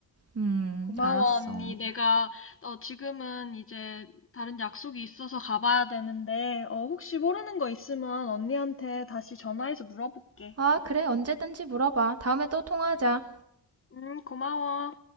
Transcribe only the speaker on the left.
고마워,
언니. 내가, 어, 지금은 이제 다른 약속이 있어서 가봐야 되는데, 어, 혹시 모르는 거 있으면 언니한테 다시 전화해서 물어볼게.
응, 고마워.